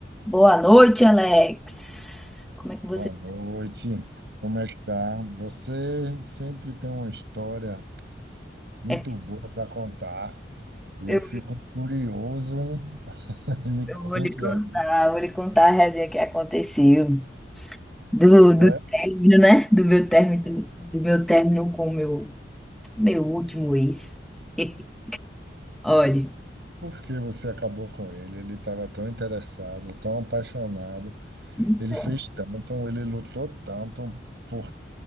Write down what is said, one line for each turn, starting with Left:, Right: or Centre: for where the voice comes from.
Centre: Boa noite, Alex. Como é que
Right: Boa
Centre: você.
Right: noite. Como é que tá? Você sempre tem uma história muito
Centre: é,
Right: boa para contar. E eu
Centre: Eu,
Right: fico curioso, hein? <laughs> Me
Centre: eu
Right: conte
Centre: vou lhe contar,
Right: aí,
Centre: vou lhe contar a resenha que aconteceu do,
Right: né?
Centre: do término, né? Do meu término, do meu término com o meu, meu último ex. <laughs> Olha,
Right: Por que você acabou com ele? Ele estava tão interessado, tão apaixonado.
Centre: então,
Right: Ele fez tanto, ele lutou tanto por,